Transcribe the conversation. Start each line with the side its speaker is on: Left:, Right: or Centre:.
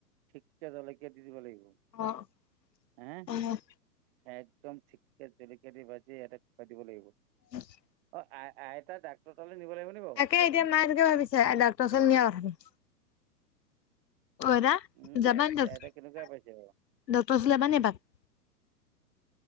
Right: ঠিককৈ জলকীয়া দি দিব লাগিব।
Left: অ',
Right: হে
Left: অ'।
Right: একদম ঠিককে জলকীয়া দি ভাজি ইয়াতে ক দিব লাগিব।
Left: <unintelligible>
Right: অ', আই-আইতা ডাক্তৰালৈ নিব লাগিব নেকি বাৰু?
Left: তাকে এতিয়া ম তোকে ভিছে ডাকৰওচৰত নিয় ক ভাবি। অৰাা
Right: উম
Left: যাবা
Right: এতিয়া
Left: ডকটৰ
Right: আইতা কেনেকুৱা পাইছে বাৰু
Left: চ যাব ন এইবাক।